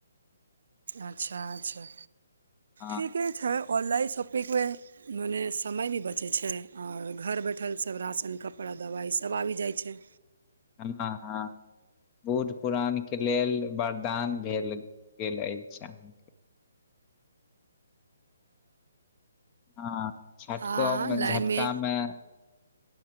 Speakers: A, on the right; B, on the left.
A: अच्छऽ अच्छऽ
B: हँ
A: ठिके छै ऑनलाइन शॉपिंगमे मने समय भी बचै छै आओर घर बैठल सब राशन कपड़ा दबाइ सब आबि जाइ छै
B: हँ नऽ हँ बुढ़ परान केँ लेल वरदान भेल गेल अछि अहाँ हँ झटकोमे
A: आ लाइनमे
B: झटकामे